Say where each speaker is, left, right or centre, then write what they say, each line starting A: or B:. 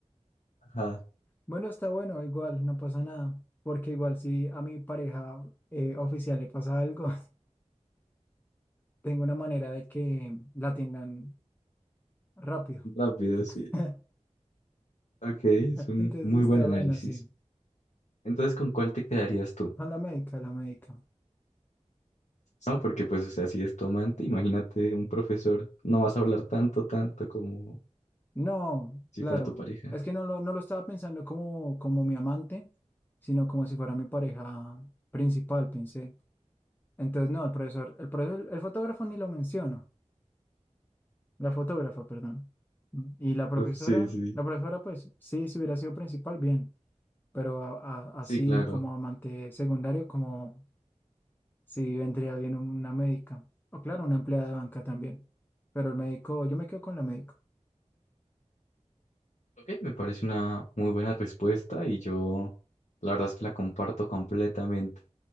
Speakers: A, on the left; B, on the left.
A: ajá,
B: Bueno, está bueno, igual, no pasa nada. Porque igual si a mi pareja eh, oficial le pasa algo, <laughs> tengo una manera de que la atiendan rápido.
A: rápido, sí.
B: <laughs>
A: Ok, es un
B: Entonces
A: muy
B: está
A: buen análisis.
B: bueno, sí.
A: Entonces, ¿con cuál te quedarías tú?
B: Con la médica, la médica.
A: No, porque pues, o sea, si es tu amante, imagínate un profesor, no vas a hablar tanto, tanto como
B: No,
A: si
B: claro.
A: fuera tu pareja.
B: Es que no lo, no lo estaba pensando como, como mi amante, sino como si fuera mi pareja principal, pensé. Entonces, no, el profesor, el profesor, el fotógrafo ni lo menciono. La fotógrafa, perdón. Y la profesora,
A: Uf, Sí, sí,
B: la profesora, pues, sí, si hubiera sido principal, bien. Pero a- a- así
A: sí, claro.
B: como amante secundario, como si vendría bien una médica. O claro, una empleada de banca también. Pero el médico, yo me quedo con la médico.
A: Ok, me parece una muy buena respuesta y yo la verdad es que la comparto completamente.